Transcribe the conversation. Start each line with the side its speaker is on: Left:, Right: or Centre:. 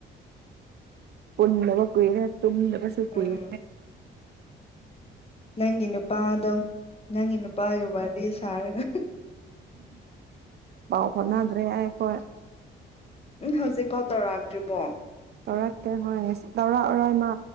Right: ꯄꯨꯟꯗꯕ ꯀꯨꯏꯔꯦ ꯇꯨꯝꯗꯕꯁꯨ ꯀꯨꯏꯔꯦ
Left: ꯎꯝ ꯅꯪꯒꯤ ꯅꯨꯄꯥꯗꯣ ꯅꯪꯒꯤ ꯅꯨꯄꯥꯒꯤ ꯋꯥꯔꯤ ꯁꯥꯔꯒ
Right: ꯄꯎ ꯄꯧ ꯐꯥꯎꯟꯗ꯭ꯔꯦ ꯑꯩ ꯑꯩꯈꯣꯏ꯫
Left: ꯎꯝ ꯍꯧꯖꯤꯛꯐꯥꯎ ꯇꯧꯔꯛꯇ꯭ꯔꯤꯕꯣ
Right: ꯇꯧꯔꯛꯇꯦ ꯍꯣꯏ ꯉꯁꯤ ꯇꯧꯔꯛ ꯑꯔꯣꯏ ꯃꯥ